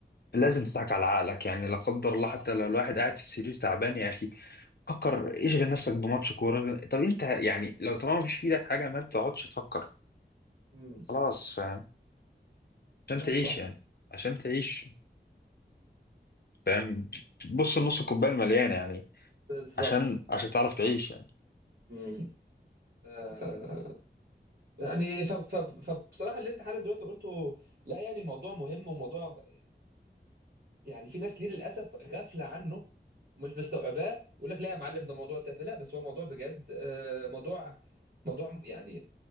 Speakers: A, on the left (about 60°); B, on the right (about 60°).
A: لازم تضحك على عقلك يعني لا قدر الله حتى
B: صح
A: لو الواحد قاعد في السرير تعبان يا اخي فكر اشغل نفسك بماتش كورة طب انت يعني لو طالما مفيش في ايدك حاجة ما تقعدش تفكر
B: مم.
A: خلاص فاهم عشان تعيش
B: صح صح
A: يعني عشان تعيش فاهم بص لنص الكوباية المليانة يعني
B: بالظبط
A: عشان عشان تعرف تعيش يعني
B: مم. آه يعني ف- ف- فبصراحه اللي انت حالا دلوقتي قلته لا يعني موضوع مهم وموضوع يعني في ناس كتير للاسف غافله عنه ومش مستوعباه يقول لك لا يا معلم ده موضوع تافه لا بس هو موضوع بجد آه موضوع موضوع يعني